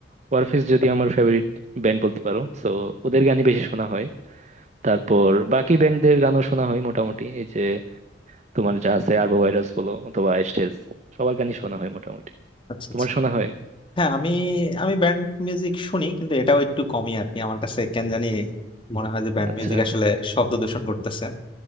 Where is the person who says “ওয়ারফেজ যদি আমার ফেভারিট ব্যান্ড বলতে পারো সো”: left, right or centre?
Right